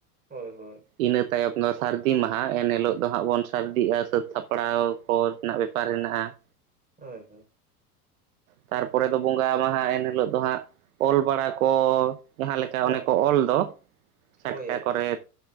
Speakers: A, on the right; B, on the right.
A: ᱦᱳᱭ ᱦᱳᱭ,
B: ᱤᱱᱟᱹ ᱛᱟᱭᱚᱢ ᱫᱚ ᱥᱟᱹᱨᱫᱤ ᱢᱟᱦᱟ, ᱮᱱ ᱦᱤᱞᱳᱜ ᱫᱚ ᱦᱟᱸᱜ ᱵᱚᱱ ᱥᱟᱹᱨᱫᱤᱜ-ᱟ, ᱥᱟᱹᱛ ᱥᱟᱯᱲᱟᱣ ᱠᱚ ᱨᱮᱱᱟᱜ ᱵᱮᱯᱟᱨ ᱦᱮᱱᱟᱜ-ᱟ ᱾
A: ᱦᱳᱭ ᱦᱳᱭ,
B: ᱛᱟᱨ ᱯᱚᱨᱮ ᱫᱚ ᱵᱚᱸᱜᱟ ᱢᱟᱦᱟ ᱮᱱ ᱦᱤᱞᱳᱜ ᱫᱚ ᱦᱟᱸᱜ ᱚᱞ ᱵᱟᱲᱟ ᱠᱚ ᱾ ᱡᱟᱦᱟᱸ ᱞᱮᱠᱟ
A: ᱦᱳᱭ
B: ᱚᱱᱮ ᱠᱚ ᱚᱞ ᱫᱚ ᱪᱷᱟᱴᱠᱟ
A: ᱳᱭ ᱟᱪᱪᱷᱟ
B: ᱠᱚᱨᱮ